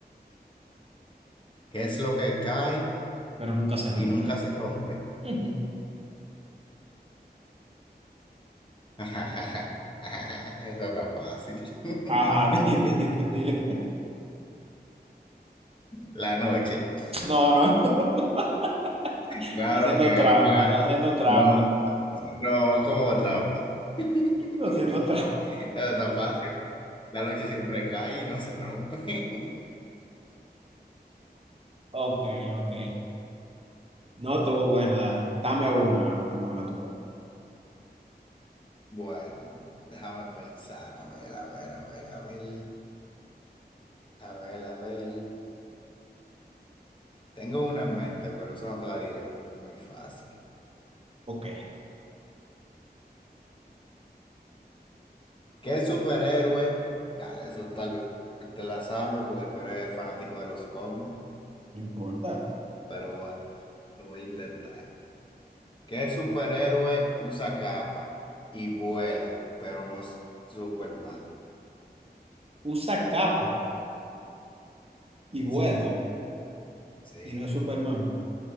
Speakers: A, on the left (about 30°); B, on the right (about 35°).
A: ¿Qué es lo que cae
B: Pero nunca se rompe.
A: y nunca se rompe?
B: Ujú.
A: <laughs> Eso está fácil. <laughs>
B: Ajá, <laughs> di- di- di.
A: La noche.
B: No, no. <laughs>
A: Claro
B: Haciendo
A: que,
B: trampa,
A: claro.
B: está haciendo trampa.
A: No, no, como trampa. <laughs>
B: Está haciendo trampa. <laughs>
A: Era tan fácil. La noche siempre cae y no se rompe. <laughs>
B: Ok, ok. No estuvo buena. da- Dame una, dame una tu papá.
A: Bueno, déjame pensar. A ver, a ver, a ver, a ver. A ver, a ver. Tengo una en mente, pero eso no te la diré porque es muy fácil.
B: Ok,
A: ¿Qué superhéroe? Dale, eso tal vez te la sabes porque tú eres fanático de los cómics.
B: no importa.
A: Pero bueno, lo voy a intentar. ¿Qué superhéroe usa capa y vuela, pero no es Superman?
B: Usa capa y vuela.
A: Sí, sí,
B: Y no es Superman.